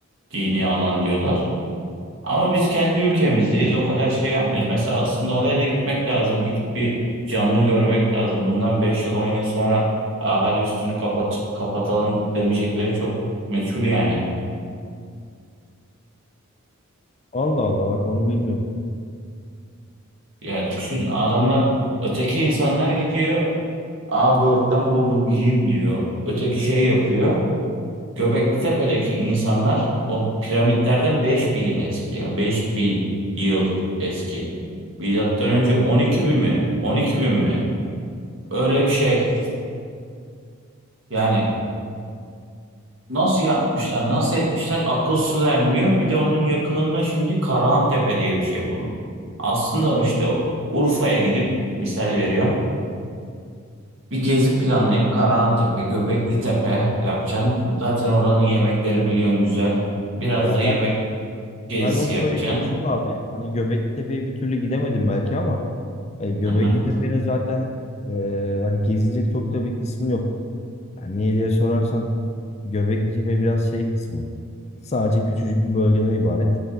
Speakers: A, on the right; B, on the left.
A: Dini alan diyorlar. Ama biz kendi ülkemizdeyiz. O kadar şey yapmıyoruz. Mesela aslında oraya da gitmek lazım. Gidip bir canlı görmek lazım. Bundan 5 yıl 10 yıl sonra "Aa, hadi üstünü kapat kapatalım demeyecekleri çok meçhul yani.
B: Allah Allah bak onu bilmiyordum.
A: Ya düşün adamlar öteki insanlar gidiyor. Aa böğürtlen buldum yiyeyim diyor. Öteki şey yapıyor. Göbekli Tepe'deki insanlar o piramitlerden 5000 yıl eski ya. beş bin yıl eski. Milattan önce on iki bin mi? on iki bin mi? Öyle bir şey. Yani nasıl yapmışlar, nasıl etmişler akıl su ermiyor. Bir de onun yakınında şimdi Karahantepe diye bir şey buldum. Aslında işte Urfa'ya gidip misal veriyorum. Bir gezi planlayıp Karahantepe, Göbekli Tepe yapacaksın. Zaten oranın yemekleri biliyorsun güzel. Biraz
B: Ya
A: da yemek
B: ben
A: gezisi
B: ben Urfa'yı
A: yapacaksın.
B: gezdim abi. Hani Göbekli Tepe'ye bir türlü gidemedim belki ama hani Göbekli
A: Hı hı.
B: Tepe'nin zaten e, hani gezilecek çok da bir kısmı yok. Yani niye diye sorarsan Göbekli Tepe biraz şey kısmı. Sadece küçücük bir bölgeden ibaret.